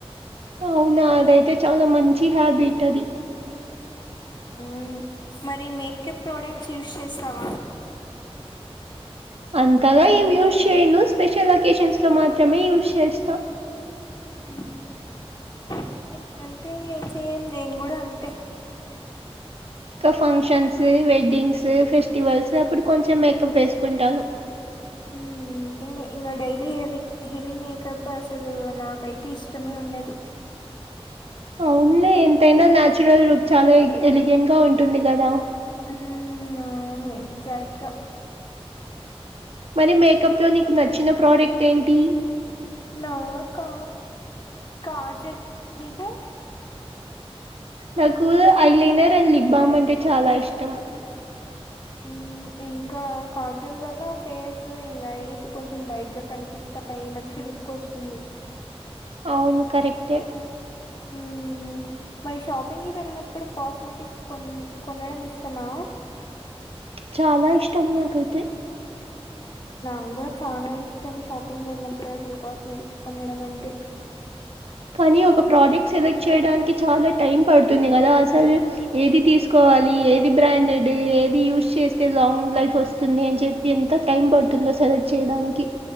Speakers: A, on the right; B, on the left.
A: అవునా అదైతే చాలా మంచి హ్యాబిట్ అది
B: ఉమ్ మరి మేకప్ ప్రోడక్ట్స్ యూస్ చేస్తావా
A: అంతగా ఏం యూస్ చేయను స్పెషల్ అకేషన్ లో మాత్రమే యూస్ చేస్తా
B: ఉహు హూ అంటే సేమ్ నేను కూడా అంతే
A: ఇంకా ఫంక్షన్స్ వెడ్టింగ్స్ ఫెస్ ఫెస్టివల్స్ అప్పుడు కొంచెం మేకప్ వేసుకుంటాను
B: ఉ అంతేలే ఇంకా డైలీ హెవీ హెవీ మేకప్ అసలు నాకైతే ఇష్టమే ఉండదు
A: అవునులే ఎంతైనా నాచురల్ లుక్ చాలా ఎల్ ఎలిగెంట్గా ఉంటుంది కదా
B: ఉమ్ అవును ఎగ్జాక్ట్ గా
A: మరి మేకప్ లో నీకు నచ్చిన ప్రోడక్ట్ ఏంటి
B: నా కా కాజల్ నీకు
A: నాకు ఐలైనర్ అండ్ లిబ్బామ్ అంటే చాలా ఇష్టం
B: ఇన్ ఇంకా కాజుల్ వల్ల ఫేస్ ఇంకా ఐస్ కొంచెం బ్రైట్ గా కనిపిస్తాయి మంచి లుక్ వస్తుంది
A: అవును కరెక్టే
B: హ్మ్. మరి షాపింగ్ కి వెళ్ళినప్పుడు కాస్మెటిక్స్ కొన్ కొనడం ఇష్టమా
A: చాలా ఇష్టం నాకైతే
B: నాగ్గుడ చానా ఇష్టం షాపింగ్ వెల్నప్పుడసలు కాస్మెటిక్స్ కొనడం అంటే
A: కనీ ఒక ప్రోడక్ట్ సెలెక్ట్ చేయడానికి చాలా టైం పడుతుంది గదా అసలు ఏది
B: హ్మ్.
A: తీసుకోవాలి ఏది ఏది బ్రాండెడ్ ఏది యూజ్ చేస్తే లాంగ్ లైఫ్ వస్తుంది అని చెప్పి ఎంత టైం పడుతుందో సెలెక్ట్ చే డానికి